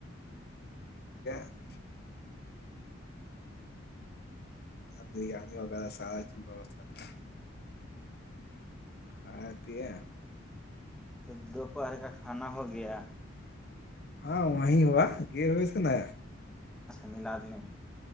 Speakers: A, on the left (about 50°); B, in the centre.
A: <inaudible> بریانی وغیرہ سارای ووا تھا <inaudible> <inaudible>
B: تو دوپہر کا کھانا ہو گیا
A: ہاں وہیں ہوا گر ہوئےس نا
B: اچھا ملاد میں